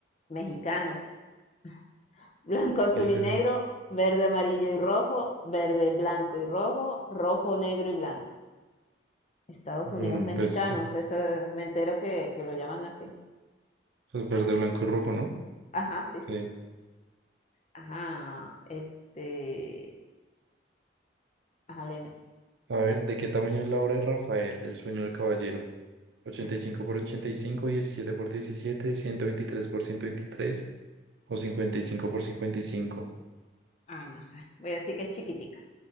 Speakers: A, on the left; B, on the right.
A: Mexicanos. <laughs> Blanco, azul
B: ¿Qué es
A: y
B: eso?
A: negro, verde, amarillo y rojo, verde, blanco y rojo, rojo, negro y blanco. Estados
B: Mm,
A: Unidos mexicanos,
B: Pues,
A: eso me entero que, que lo llaman así.
B: pues verde, blanco y rojo, ¿no?
A: Ajá, sí, sí.
B: Sí.
A: Ajá, este, ajá, léeme.
B: A ver, ¿de qué tamaño es la obra de Rafael, El sueño del caballero? ochenta
A: Mm,
B: y cinco por 85, 17 por diecisiete ciento veintitrés por 123 o 55 por 55.
A: Ay, no sé. Voy a decir que es chiquitica.